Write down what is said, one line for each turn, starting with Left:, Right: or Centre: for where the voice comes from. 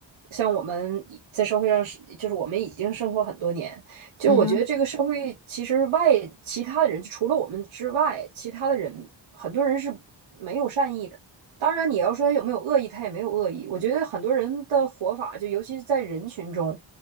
Right: 像我们已在社会上是，就是我们已经生活很多年，就我觉得这个社会其实外其他的人，
Left: <laughs> 嗯哼，
Right: 就除了我们之外，其他的人很多人是没有善意的。当然，你要说他有没有恶意，他也没有恶意。我觉得很多人的活法，就尤其是在人群中，